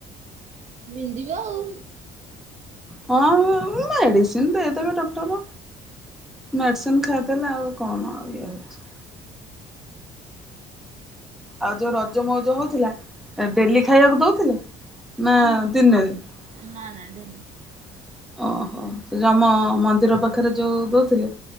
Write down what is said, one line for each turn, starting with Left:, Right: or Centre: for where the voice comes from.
Right: ବିନ୍ଧିବ ଆଉ
Centre: ହଁ ମେଡିସିନ୍ ଦେଇଦେବେ ଡକ୍ଟର ମେଡିସିନ ଖାଇଦେଲେ ଆଉ କଣ, ଇଏ ହଉଛି। ଆଉ ଯୋଉ ରଜ ମଉଜ ହଉଥିଲା ଡେଲି ଖାଇବାକୁ ଦଉଥିଲେ। ନା
Right: ହଁ
Centre: ତିନିଦିନି
Right: ନା ନା ଡେଲି
Centre: ଓହୋ ସେ ଜଉମ ମନ୍ଦିର ପାଖରେ ଯୋଉ ଦଉଥିଲେ।